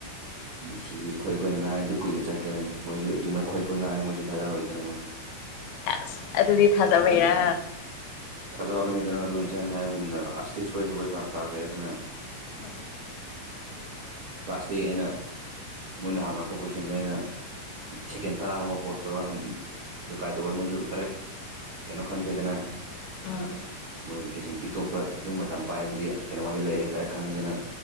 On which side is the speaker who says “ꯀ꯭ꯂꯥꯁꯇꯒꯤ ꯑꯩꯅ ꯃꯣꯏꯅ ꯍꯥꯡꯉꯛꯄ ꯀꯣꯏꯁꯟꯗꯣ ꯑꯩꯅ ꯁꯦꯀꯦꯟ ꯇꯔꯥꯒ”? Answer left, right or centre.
Right